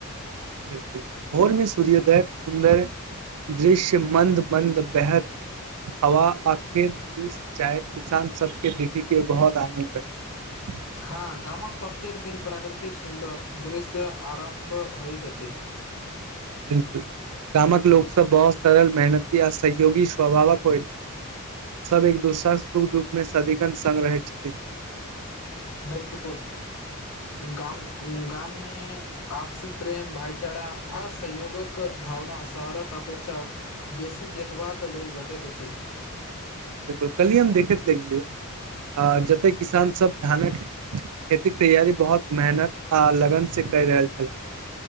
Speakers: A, on the right (about 85°); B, on the left (about 70°).
A: बिल्कूल भोर मे सूर्योदय सुन्दर दृश्य मन्द मन्द बेहद हवा आखेर दिस चाह किसान सभके देखे के बहुत आनद ब <inaudible>
B: हाँ गाम कऽ प्रत्येक दिन प्राकृतिक सुन्दर दृश्य आरम्भ होइत अछि।
A: बिल्कूल, गाम कऽ लोग सभ बहुत सरल मेहनती आ सहयोगी स्वभावक होय छै। सभ एक दोसरा सुख दुख मे सदिखन संग रहै छथिन।
B: बिल्कूल गाम ऊ गाम मे आपसी प्रेम भाईचारा आ सहयोगक भावना शहरकऽ अपेक्षा बेसी देखबा कऽ लेल भेटैत अछि।
A: बिल्कूल कलही हम देखैत रहिय आ जतय किसान सभ धानक खेती के तैयारी बहुत मेहनत आ लगन से कै रहल छैलय।